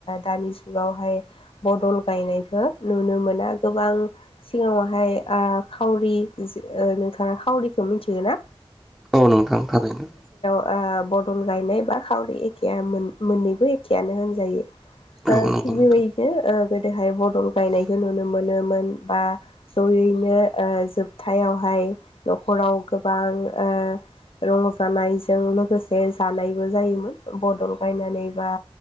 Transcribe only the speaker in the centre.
औ नोंथां थारैनो
औ नंगौ
नोंथां